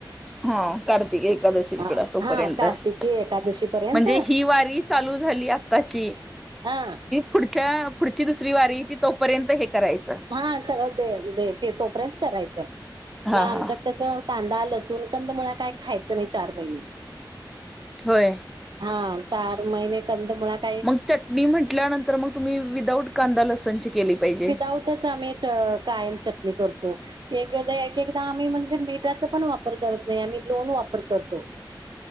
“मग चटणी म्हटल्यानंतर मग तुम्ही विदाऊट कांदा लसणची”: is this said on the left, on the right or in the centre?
Centre